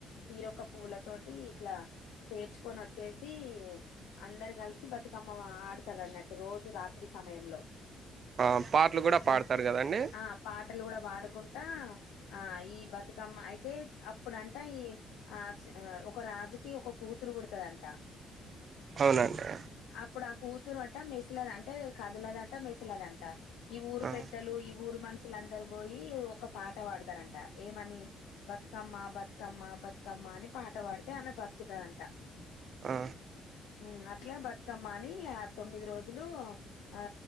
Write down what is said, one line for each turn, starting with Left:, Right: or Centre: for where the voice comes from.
Left: తీరొక పూవల తోటి ఇట్లా పేర్చుకొని వచ్చేసి అందరు కలిసి బతుకమ్మ ఆడతారు అన్నట్టు రోజు రాత్రి సమయంలో
Right: ఆ పాటలు కూడా పాడతారు
Left: మన్
Right: కదండి
Left: ఆ పాటలు గూడా పాడుకుంటా ఆ ఈ బతుకమ్మ అయితే అప్పుడంటా ఈ ఆ చ్ ఒక రాజకీయ ఒక కూతురు పుడతాదంట
Right: అవునండి
Left: అప్పుడు ఆ కూతురు అంట మెసిలద అంటే కదులదంట మెసిలదంట ఈ ఊరు
Right: ఆ
Left: పెద్దలు ఈ ఊరు మనుషుల అందరు పోయి ఒక పాట పాడతారంట ఏమని బతుకమ్మ బతుకమ్మ బతుకమ్మ అని పాట పాడితే ఆమె బతుకుతుదంట
Right: ఆ
Left: ఉ అట్లా బతుకామ్మా ఆనీ తొమ్మిది రోజులు ఆ